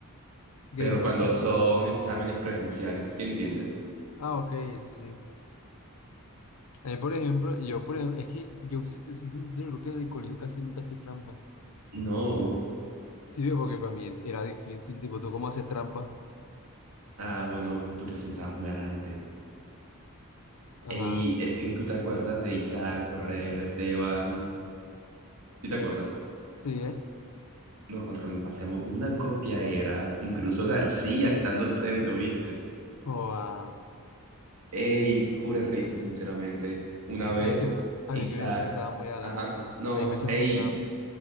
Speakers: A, on the right; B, on the left.
A: Pero
B: ¿Qué
A: cuando
B: va a ser?
A: son exámenes presenciales, ¿sí entiendes?
B: Ah, ok, eso sí. A mí, por ejemplo, yo, por ejemplo, es que yo, si te soy sincero, creo que en el colegio casi nunca hice trampa.
A: No.
B: Sí, ve, porque para mí era difícil, tipo, ¿tú cómo haces trampa?
A: Ah, bueno, pues tú te sentabas muy adelante.
B: Ajá,
A: Y es que tú te acuerdas de Isaac, Ferrer, Esteban, ¿sí te acuerdas?
B: sí, ¿eh?
A: Nosotros nos hacíamos una copia era, incluso García estando al frente, ¿oíste?
B: O ah,
A: Ey, cura risa, sinceramente. Una vez,
B: es que, a
A: Isaac.
B: mí es que me sentaba muy adelante.
A: Ajá. No,
B: Ahí me sentaba.
A: ey,